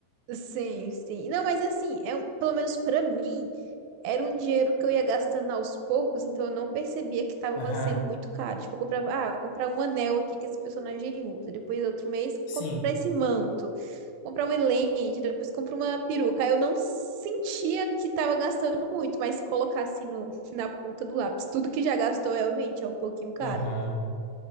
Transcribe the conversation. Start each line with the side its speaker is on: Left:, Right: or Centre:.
Right: Sim, sim. Não, mas assim, é um- pelo menos pra mim. era um dinheiro que eu ia gastando aos poucos, então eu não percebia que estava
Left: Aham,
Right: sendo muito caro. Tipo, eu comprava, ah, vou comprar um anel aqui que esse personagem usa. Depois, outro mês,
Left: sim.
Right: comprar esse manto, comprar uma lente, depois comprar uma peruca. Aí Eu não sentia que estava gastando muito, mas se colocasse no, na ponta do lápis, tudo que já gastou realmente é um pouquinho caro.
Left: Aham.